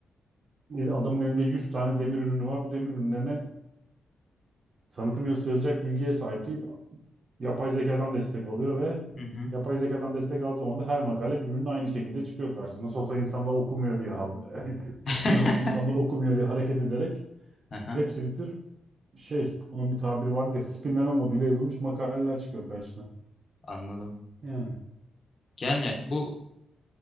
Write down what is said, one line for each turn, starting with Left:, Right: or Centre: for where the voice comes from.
Right: Adamın elinde 100 tane demir ürünü var. Bu demir ürünlerine tanıtım yazısı yazacak bilgiye sahip değil. Yapay zekadan destek alıyor ve
Left: hı hı.
Right: yapay zekadan destek aldığı zaman da her makale birbirinin aynı şekilde çıkıyor karşısına. Nasıl olsa insanlar okumuyor diye haber. <laughs>
Left: <laughs>
Right: Nasıl olsa insanlar okumuyor diye hareket ederek
Left: Aha,
Right: hepsi bitir şey onun bir tabiri var diye spinleme moduyla yazılmış makaleler çıkıyor karşına.
Left: anladım.
Right: Yani
Left: Yani bu